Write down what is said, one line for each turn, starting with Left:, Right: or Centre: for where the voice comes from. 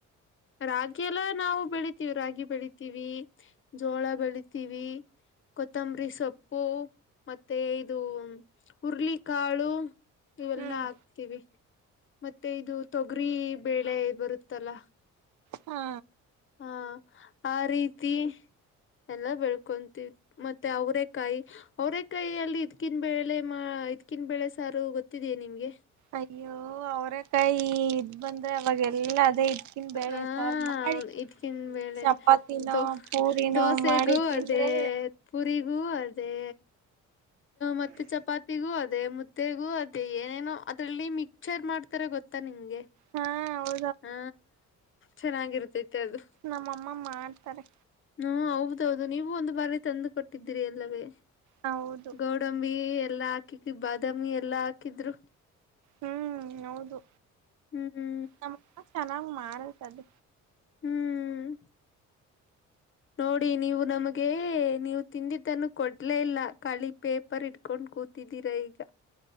Left: ರಾಗಿ ಎಲ್ಲ ನಾವು ಬೆಳಿತೀವಿ ರಾಗಿ ಬೆಳಿತೀವಿ ಜೋಳ ಬೆಳಿತೀವಿ ಕೊತ್ತಂಬರಿ ಸೊಪ್ಪು ಮತ್ತೆ ಇದು ಹುರ್ಳಿಕಾಳು ಇವೆಲ್ಲಾ
Right: ಹ್ಮ್
Left: ಹಾಕ್ತೀವಿ ಮತ್ತೆ ಇದು ತೊಗರಿ ಬೇಳೆ ಬರುತ್ತಲ್ಲ
Right: ಹಾ
Left: ಹಾ ಆ ರೀತಿ ಎಲ್ಲ ಬೆಳ್ಕೊಂತೀ ಮತ್ತೆ ಅವ್ರ ಕಾಯಿ ಅವರೇ ಕೈ ಅಲ್ಲಿ ಇದ್ಕಿನ್ ಬೆೇಳೆ ಮಾ ಇದ್ಕಿನ್ ಬೆೇಳೆ ಸಾರು ಗೊತ್ತಿದೆಯೇ ನಿಮಗೆ
Right: ಅಯ್ಯೋ ಅವರ ಕಾಯಿ ಇದ್ ಬಂದ್ರೆ ಅವಾಗೆಲ್ಲಾ ಇ್ಕ
Left: ಹಾ
Right: ಬೆೇಳೆ ಸಾರ್ ಮಾಡ
Left: ಹೌದು, ಇದ್ಕಿನ್ ಬೇಳೆನೆ
Right: ಚಪಾತಿನೋ
Left: ದೋ
Right: ಪೂರಿ
Left: ದೋಸೆಗೂ
Right: ನೋ ಮಾಡಿ
Left: ಅದೇ
Right: ಅಂದ್ರೆ
Left: ಪುರಿಗೂ ಅದೇ ಮತ್ತೆ ಚಪಾತಿಗೂ ಅದೇ ತೆಗು ಅದೇ ಏನೇನೋ ಅದ್ರಲ್ಲಿ ಮಿಕ್ಚರ್ ಮಾಡ್ತಾರೆ ಗೊತ್ತಾ ನಿಂಗೆ
Right: ಹಾೌ
Left: ಹಾ ಚೆನ್ನಾಗಿರ್ತೈತಿ ಅದು
Right: ನಮ್ಮಮ್ಮ ಮಾಡ್ತಾರೆ
Left: ಹ್ಮ ಹೌದೌದು ನೀವು ಒಂದು ಬಾರಿ ತಂದು ಕೊಟ್ಟಿದ್ದ್ರರಿ ಎಲ್ಲವೇ
Right: ಹೌದು
Left: ಗೌಡಂಬಿ ಎಲ್ಲಾ ಹಾಕಿಕ ಬಾದಾಮಿ ಎಲ್ಲಾ ಹಾಕಿದ್ರು
Right: ಹ್ಮ್ ಹೌದು
Left: ಹ್ಮ್್ಮ
Right: ನಮ್ಮ ಚೆನ್ನಾಗ್ ಮಾಡತದ
Left: ಹ್ಮ್ ನೋಡಿ ನೀವು ನಮಗೆ ನೀವು ತಿಂದಿದ್ದನ್ನು ಕೊಡ್ಲೇ ಇಲ್ಲ ಕಳಿ ಪೇಪರ್ ಇಡ್ಕೊಂಡ್ ಕೂ ತಿದ್ದಿರ ಈಗ